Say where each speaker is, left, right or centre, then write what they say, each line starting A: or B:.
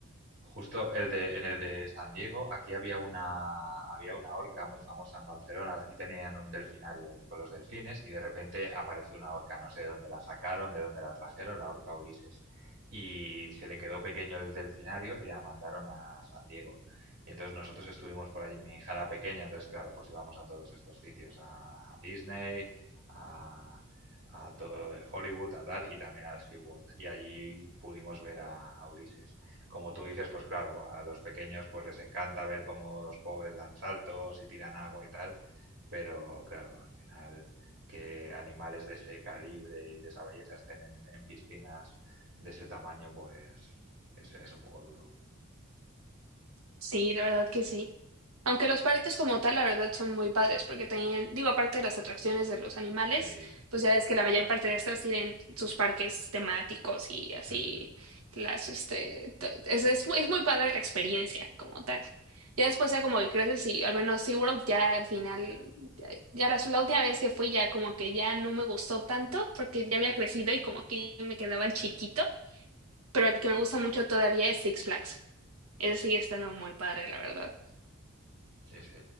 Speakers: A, on the right (about 55°); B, on the right (about 80°).
A: Justo el de, en el de San Diego, aquí había una, había una orca muy famosa en Barcelona. de Aquí tenían un delfinario el- con los delfines y de repente apareció una orca. No sé de dónde la sacaron, de dónde la trajeron, la orca Ulises. Y se le quedó pequeño el delfinario y la mandaron a San Diego. Y entonces nosotros estuvimos por allí, mi hija era pequeña, entonces claro, pues íbamos a todos estos sitios, a Disney, a, a todo lo de Hollywood, a tal, y también al SeaWorld. Y allí pudimos ver a a Ulises. Como tú dices, pues claro, a los pequeños pues les encanta ver cómo los pobres dan saltos y tiran agua y tal, pero claro, al final que animales de ese calibre y de esa belleza estén en, en piscinas de ese tamaño, pues es, es un poco duro.
B: sí, la verdad que sí. Aunque los parques como tal, la verdad, son muy padres, porque tenían, digo, aparte de las atracciones de los animales,
A: Sí.
B: pues ya ves que la mayor parte de estas tienen sus parques temáticos y así,
A: <laughs>
B: las, este, t- es, es muy, es muy padre la experiencia como tal. Ya después ya como que creces y al menos SeaWorld ya al final, ya, ya la, la última vez que fui ya como que ya no me gustó tanto, porque ya había crecido y como que ya me quedaba chiquito, pero el que me gusta mucho todavía es Six Flags. Ese sigue estando muy padre, la verdad.
A: Sí, sí.